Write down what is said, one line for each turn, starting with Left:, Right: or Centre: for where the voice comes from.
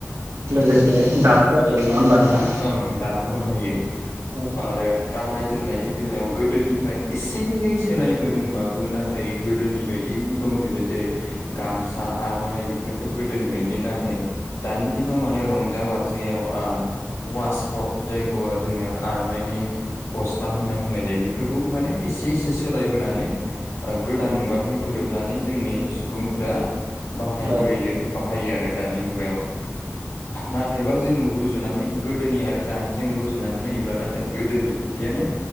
Right: लोगोसे दाबो जागायो‌ नङा होनबा नोंथां?
Left: ओं दाबो बाहायो
Right: औ
Left: आरो गाननाय जोमनायनि बेलायाव गोदोनिफ्राय एसेयै सोलायबोदोंबाबो नाथाय गोदोनि बाय <unintelligible> दंजोबो जेरै गामसा आ आर'नाय बेफोरथ' गोदोनि बायदि नाथाय दानि दिनाव माने रंजा बाजायाव आ वासक'ट जायखौ जोङो आर'नाइनि गस्ला होनना बुंनाय जायो। बे फोरखौ माने एसे एसे सोलायबोनानै ओ गोदान मुगाजों गोरोबनानै जोंनि सुबुंफोरा बाहायबोयो
Right: औ
Left: बाहायो आरो दानि मुगायाव। नाथायबा जों रुजुनानै गोदोनि आरो दानिजों रुजुनानै नायोब्ला नाथाय गोदोनि बादियानो